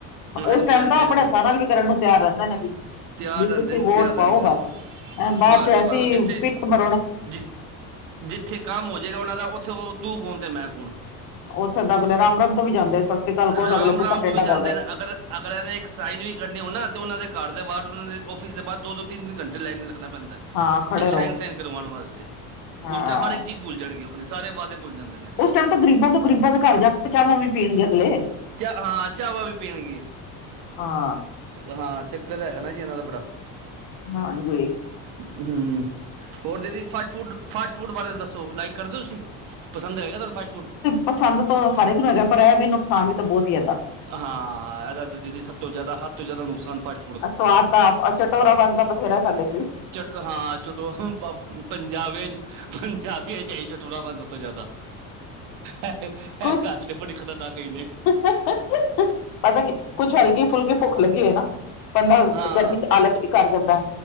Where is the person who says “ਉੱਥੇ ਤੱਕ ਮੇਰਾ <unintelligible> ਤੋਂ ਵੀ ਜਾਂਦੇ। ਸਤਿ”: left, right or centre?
Left